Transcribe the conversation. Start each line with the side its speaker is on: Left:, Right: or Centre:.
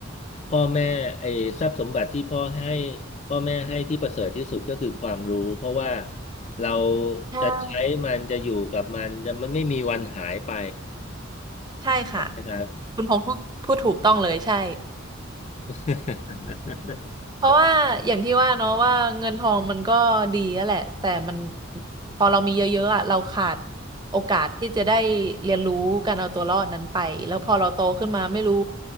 Left: พ่อแม่ไอ้ทรัพย์สมบัติที่พ่อให้พ่อแม่ให้ที่ประเสริฐที่สุดก็คือความรู้เพราะว่าเรา
Right: ใช่
Left: จะใช้มันจะอยู่กับมันจะมันไม่มีวันหายไป
Right: ใช่ค่ะ
Left: นะครับ
Right: คุณพงษ์พูดพูดถูกต้องเลยใช่
Left: <laughs>
Right: เพราะว่าอย่างที่ว่าเนาะว่าเงินทองมันก็ดีอะแหละแต่มันพอเรามีเยอะๆอ่ะเราขาดโอกาสที่จะได้เรียนรู้การเอาตัวรอดนั้นไปแล้วพอเราโตขึ้นมาไม่รู้